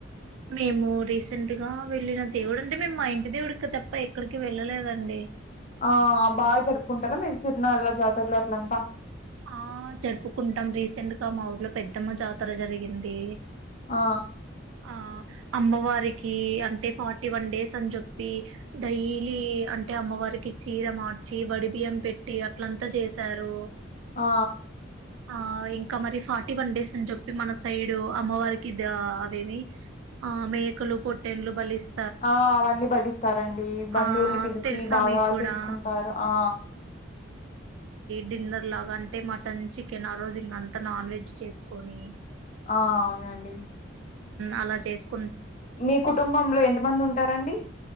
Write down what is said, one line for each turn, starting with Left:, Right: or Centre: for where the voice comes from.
Right: మేము రీసెంట్ గా వెళ్లిిన దేవుడు అంటే మేము మా ఇంటి దేవుడికి తప్ప ఎక్కడికి వెళ్ళలేదండి
Left: ఆ బాగా జరుపుకుంటారా మీరు తిరునాళ్లో జాతరలు అట్ల అంత
Right: ఆ జరుపుకుంటాం రీసెంట్ గా మా ఊర్లో పెద్దమ్మ జాతర జరిగింది
Left: ఆ
Right: ఆ అమ్మవారికి అంటే ఫార్టీ వన్ డేస్ అని చెప్పి డైలీ అంటే అమ్మవారికి చీర మార్చి వడి బియ్యం పెట్టి అట్లంతా చేశారు
Left: ఆ
Right: ఆ ఇంకా మరి ఫార్టీ వన్ డేస్ అని చెప్పి మన సైడు అమ్మవారికి ఇది అవేమి ఆ మేకలు పట్టెన్లు బలిస్త
Left: ఆ అవన్నీ బలిస్తారండి బంధువుల్ని
Right: ఆ
Left: పిలిచి
Right: తెలుసా
Left: బాగా
Right: మీకు కూడా
Left: చేసుకుంటారు ఆ
Right: తిన్నర్ లాగా అంటే మటన్ చికెన్ ఆ రోజు ఇంగంత నాన్ వెజ్ చేసుకొని
Left: ఆ అవునండి
Right: అలా చేస్త
Left: మీ కుటుంబంలో ఎంతమంది ఉంటారండి